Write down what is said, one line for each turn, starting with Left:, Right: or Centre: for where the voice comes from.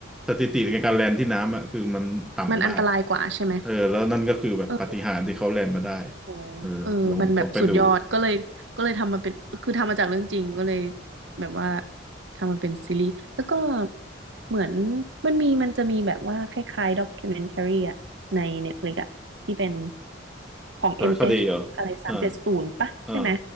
Centre: สถิติในการแลนที่น้ำอ่ะคือมันต่ำมาก
Right: มันอันตรายกว่าใช่ไหม
Centre: เออแล้วนั่นก็คือแบบปาฏิหาริย์ที่เขาแลนมาได้
Right: เออโห
Centre: เออลองลองไปดู
Right: เออมันแบบสุดยอด ก็เลย ก็เลยทำมาเป็น คือทำมาจากเรื่องจริงก็เลย แบบว่า ทำมาเป็นซีรีส์แล้วก็ เหมือนมันมีมันจะมีแบบว่าคล้ายๆด็อก m ิ n เมนทรีอะ ใน Netflix อะ ที่เป็น ของ
Centre: สารคดีเหรออ่า
Right: MH อมเอชอะไรสามเจ็ดศูนย์ปะใช่ไหม
Centre: อ่า